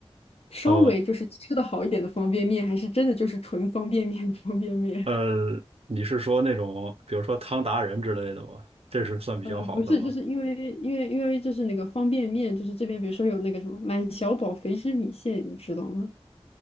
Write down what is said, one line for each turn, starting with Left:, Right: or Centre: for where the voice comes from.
Left: 稍微就是吃的好一点的方便面，
Right: 哦，
Left: 还是真的就是纯方便面的方便面？
Right: 呃呃，你是说那种，比如说汤达人之类的吗？这是算比较好的吗？
Left: <laughs> 呃，不是，就是因为因为因为就是那个方便面，就是这边比如说有那个什么满小宝肥汁米线，你知道吗？